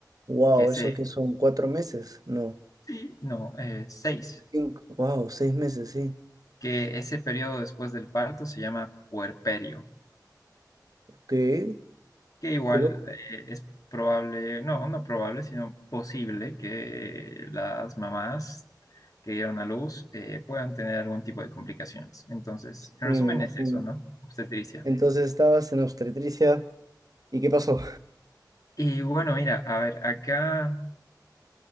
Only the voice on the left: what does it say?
que ese,
Sí. no, eh, seis
que ese periodo después del parto se llama puerperio,
que igual
eh, es probable, no, no probable, sino posible que eh, las mamás que dieron a luz eh, puedan tener algún tipo de complicaciones. Entonces,
en
resumen
es eso, ¿no? Obstetricia.
Y bueno, mira, a ver, acá